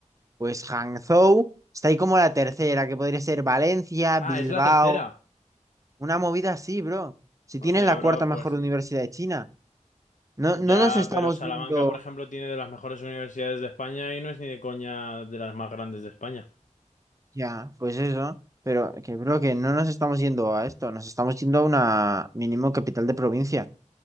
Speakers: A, on the right; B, on the left.
A: Pues Hangzhou está ahí como la tercera, que podría ser Valencia,
B: Ah,
A: Bilbao.
B: es la tercera.
A: Una movida así, bro. Si tienes
B: Hostia,
A: la
B: bro,
A: cuarta mejor
B: pues
A: universidad de China, no,
B: Ya,
A: no nos estamos
B: pero Salamanca,
A: yendo
B: por ejemplo, tiene de las mejores universidades de España y no es ni de coña de las más grandes de España.
A: ya, pues eso. Pero que, bro, que no nos estamos yendo a esto, nos estamos yendo a una mínimo capital de provincia.